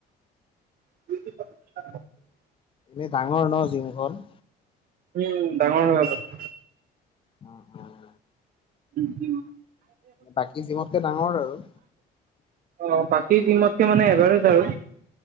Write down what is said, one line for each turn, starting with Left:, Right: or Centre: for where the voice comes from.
Right: <unintelligible>
Left: এনে ডাঙৰ ন জিমখন?
Right: উম, ডাঙৰ হৈ অলপ।
Left: উম, উম।
Right: <unintelligible>
Left: বাকী জিমতকে ডাঙৰ আৰু?
Right: অ' বাকী জিমতকে মানে এভাৰেজ আৰু।